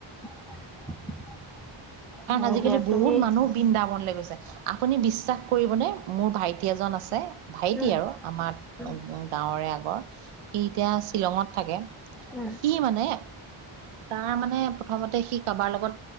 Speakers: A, in the centre; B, on the right.
A: <inaudible>
B: কাৰণ
A: হয়
B: আজিকালি
A: দিয়া
B: বহুত
A: তুমি
B: মানুহ বিন্দা বনলৈ গৈছে। আপুনি বিশ্বাস কৰিবনে মোৰ ভাইটি এজন আছে ভাইটি
A: উম,
B: আৰু আমাৰ
A: উম,
B: গাঁৱৰে আগৰ সি এতিয়া শ্বিলঙত থাকে।
A: উম,
B: সি মানে তাৰ মানে প্ৰথমতে সি কাৰোবাৰ লগত